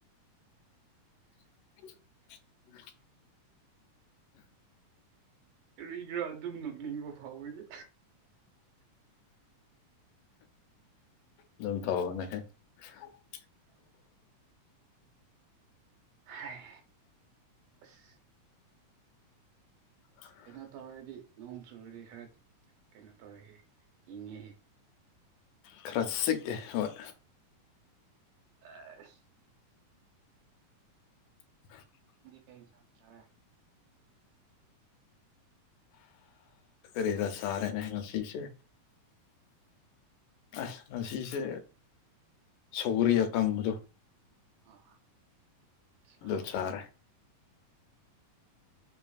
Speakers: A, on the left; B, on the right.
A: <inaudible>
B: ꯀꯔꯤ ꯒꯤꯔꯥ ꯑꯗꯨꯝ ꯅꯣꯛꯅꯤꯡꯕ ꯐꯥꯎꯋꯤꯍ‌ꯦ
A: ꯑꯗꯨꯝ ꯇꯧꯕꯅꯦꯍꯦ <inaudible>
B: ꯍꯥꯏ ꯑꯁ
A: <inaudible>
B: ꯀꯩꯅꯣ ꯇꯧꯔꯗꯤ ꯅꯣꯡ ꯆꯨꯔꯗꯤ ꯈꯔ ꯀꯩꯅꯣ ꯇꯧꯔꯦꯍ ꯏꯪꯉꯦꯍ‌ꯦ
A: ꯈꯔ ꯆꯤꯛꯑꯦ ꯍꯣꯏ
B: ꯑꯥꯏꯁ
A: <inaudible>
B: ꯀꯩꯒꯤ ꯁꯥꯟꯇ꯭ꯔꯦ <inaudible>
A: ꯔꯗ ꯁꯔꯦꯅꯦ ꯍ ꯉꯁ ꯑꯁ ꯉꯁꯦ ꯁꯧꯒꯔꯤ ꯑꯀꯪꯕꯗꯣ
B: ꯑꯥꯁꯨ
A: ꯑꯗꯨ
B: ꯍꯥꯎꯅꯦ
A: ꯆꯥꯔꯦ